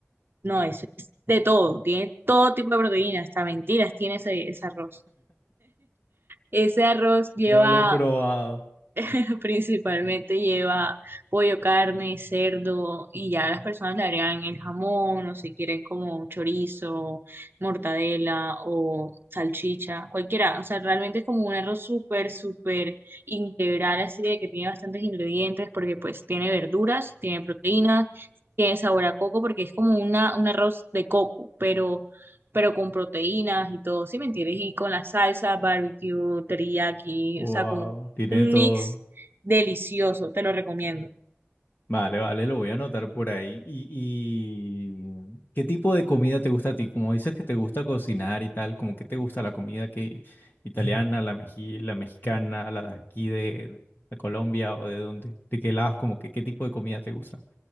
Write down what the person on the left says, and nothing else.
No lo he probado.
Wow,
tiene
todo.
Vale, vale, lo voy a anotar por ahí. ¿Y, y qué tipo de comida te gusta a ti? Como dices que te gusta cocinar y tal, como que te gusta la comida que italiana, la meji- la mexicana, la de aquí de, de Colombia o de dónde? ¿De qué lados? Como que qué tipo de comida te gusta?